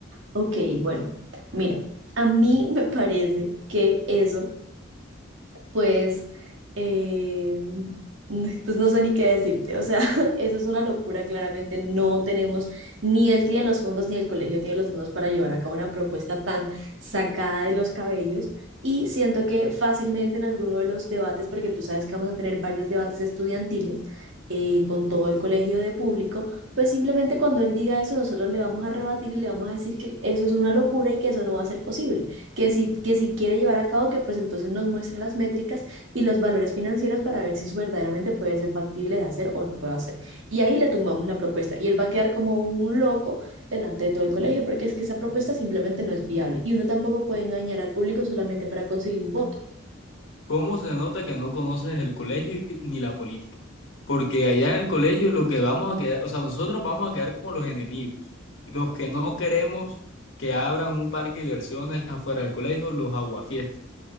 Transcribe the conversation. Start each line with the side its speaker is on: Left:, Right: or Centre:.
Right: Ok, bueno, mira, a mí me parece que eso pues, eh, pues no sé ni qué decirte. O sea, <laughs> eso es una locura. Claramente no tenemos, ni él tiene los fondos, ni el colegio tiene los fondos para llevar a cabo una propuesta tan sacada de los cabellos. Y siento que fácilmente en alguno de los debates, porque tú sabes que vamos a tener varios debates estudiantiles eh, con todo el colegio de público, pues simplemente cuando él diga eso, nosotros le vamos a rebatir y le vamos a decir que eso es una locura y que eso no va a ser posible que si, que si quiere llevar a cabo, que pues entonces nos muestre las métricas y los valores financieros para ver si eso verdaderamente puede ser factible de hacer o no puede hacer. Y ahí le tumbamos la propuesta y él va a quedar como un loco delante de todo el colegio, porque es que esa propuesta simplemente no es viable y uno tampoco puede engañar al público solamente para conseguir un voto.
Left: ¿Cómo se nota que no conoces el colegio ni la política? Porque allá en el colegio lo que vamos a quedar, o sea, nosotros vamos a quedar como los enemigos, los que no queremos que abran un parque de diversiones afuera del colegio, los aguafiestas.